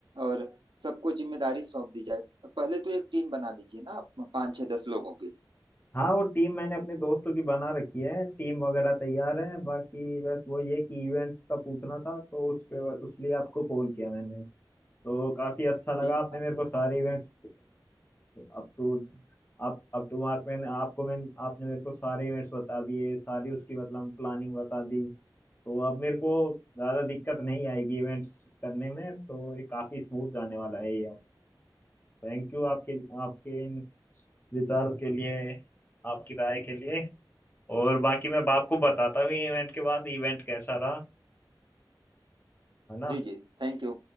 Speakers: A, on the right; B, on the left.
A: और सबको जिम्मेदारी सौंप दी जाए पहले तो एक टीम बना लीजिए ना आप पाँच छः दस लोगों की
B: हाँ वो टीम मैंने अपने दोस्तों की बना रखी है टीम वगैरह तैयार है बाकी बस वो ये कि इवेंट का पूछना था तो उस पे उसके लिए आपको कॉल किया मैंने तो काफी
A: जी जी
B: अच्छा लगा
A: टीम
B: आपने मेरे को सारे इवेंट्स अप टू आप अप टू मार्क मैंने आपको मैंने आपने मेरे को सारे इवेंट्स बता दिए सारी उसकी मतलब प्लानिंग बता दी तो अब मेरे को ज्यादा दिक्कत नहीं आएगी इवेंट्स करने में तो ये काफी स्मूथ जाने वाला है ये अब थैंक यू आपके आपके इन विचारों के लिए आपकी राय के लिए और बाकी मैं बाप को बताता हूँ इवेंट के बाद इवेंट कैसा रहा है ना
A: जी जी थैंक यू